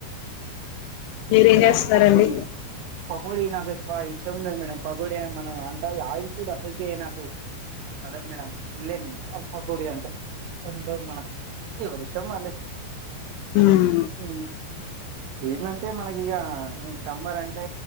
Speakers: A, on the left (about 80°); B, on the right (about 75°).
A: మీరేం చేస్తున్నారండి
B: పకోడి పకోడి నాకు ఇష్టం ఉండదు మేడం. పకోడి అ మనం అంతా ఆయిల్ ఫుడ్ అసలుకె నాకు పడదు మేడం. తిన్ల్లే నేను పకోడి అంటే ఇష్టం ఉండదు మనకు. ఎవరి ఇష్టం వాళ్ళది.
A: హ్మ్
B: అ ఏందంటే మనకిగ సమ్మర్ అంటే